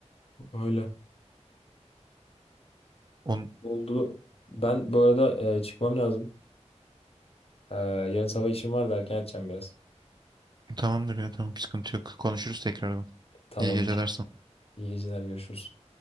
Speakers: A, on the left; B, on the right.
A: Öyle.
B: On...
A: Oldu. Ben bu arada e, çıkmam lazım. E, yarın sabah işim var da erken edeceğim biraz.
B: Tamamdır ya tamam sıkıntı yok. Konuşuruz tekrardan.
A: Tamamdır.
B: İyi geceler.
A: İyi geceler görüşürüz.